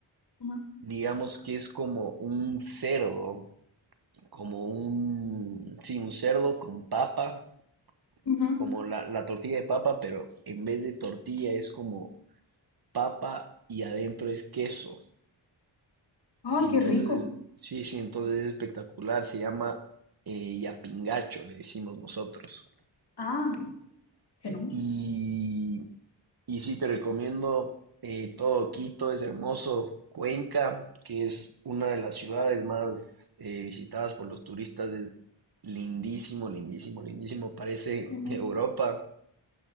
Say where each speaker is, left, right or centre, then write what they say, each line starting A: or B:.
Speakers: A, on the left; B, on the right.
A: Ujú.
B: digamos que es como un cerdo, como un, sí, un cerdo con papa,
A: Ujú.
B: como la, la tortilla de papa, pero en vez de tortilla es como papa y adentro es queso.
A: Ah,
B: Entonces,
A: qué rico.
B: sí, sí, entonces es espectacular. Se llama eh, yapingacho, le decimos nosotros.
A: Ah, tenemos.
B: Y, y sí, te recomiendo eh, todo Quito, es hermoso. Cuenca, que es una de las ciudades más eh, visitadas por los turistas, es lindísimo, lindísimo, lindísimo. Parece
A: Ujú.
B: <laughs> Europa.